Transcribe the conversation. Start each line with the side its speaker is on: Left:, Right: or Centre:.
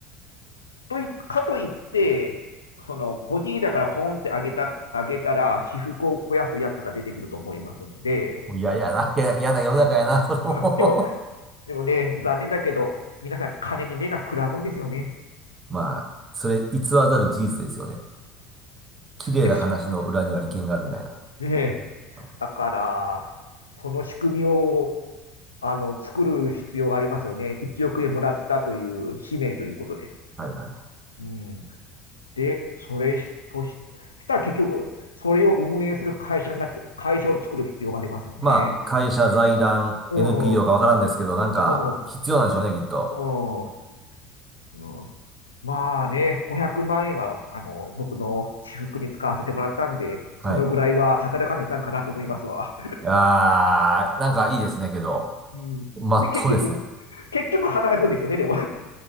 Left: といかといって、その、小切りだからポンって上げた、上げたら、私腹を肥やすやつが出てくると思いますんで、
Right: ん。いや、いやな、いや、嫌な世の中やな、それも
Left: うんでも、でもね、残念だけど、皆さん金に目がくらむんですよね。
Right: <laughs> まあ、それ偽らざる事実ですよね。綺麗な話の裏には利権があるみたいな。
Left: で、そね
Right: うんは
Left: だから、その仕組みを、あの、作る必要がありますよね。1億円もらったという使命ということで。
Right: いはいはい。
Left: うん。で、それとし、したら結局、それを運営する会社になっちゃ、会社を作る必要がありますよね。
Right: まあ、会社、財団、
Left: うん。
Right: NPO かわからんですけど、なんか、
Left: うん、
Right: 必要なんでしょうね、きっと。
Left: うん、うん。まあね、500万円は、あの、僕の私服に使わせてもらったんで、
Right: はい。
Left: そのぐらいは働かないかんかなと思いますわ。
Right: あー、なんかいいですね、けど、
Left: うん。
Right: まっとうですね。
Left: で、結局、結局働くんですよね、でも。